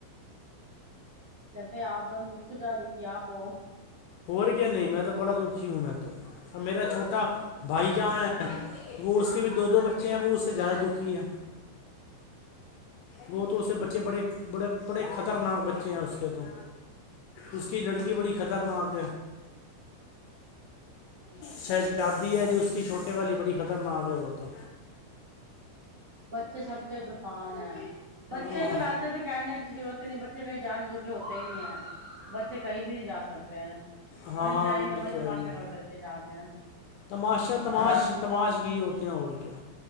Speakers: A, on the right; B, on the left.
A: لگتا ہے آپ تو مجھ سے جا د کہ آپو
B: اور کیا نہیں میں تو بڑا دکھی ہوں میں تو ا میرا چھوٹا بھائی جان ہے وہ اس کے بھی دو دو بچے ہیں وہ اس سے زیادہ دکھی ہے
A: ہوں
B: وہ تو اس سے بچے بڑے <unintelligible> بڑے بڑے خطرناک بچے ہیں اس کے تو اس کی لڑکی بڑی خطرناک
A: اچھا اچھا
B: شہزادی ہے جو اس کی چھوٹے والی بڑی ختم کرھرنا آگ وہ تو
A: بچے سب کے طفان ہے بچے
B: ہاں
A: تو ویسے تو کہنے کی ضرورت ہی نہیں بچے بے کہیں جا رہے جو کہ ہوتے ہی نہیں ہے بچے کہیں بھی نہیں جا سکتے ہیں
B: ہاں
A: وہیں جائیں
B: یہ
A: گے وہیں
B: تو
A: تماشا
B: ہے ہی ہے
A: کرتے تھے جا کے
B: تماشا تماش تماش کی ہوتے ہیں اور کیا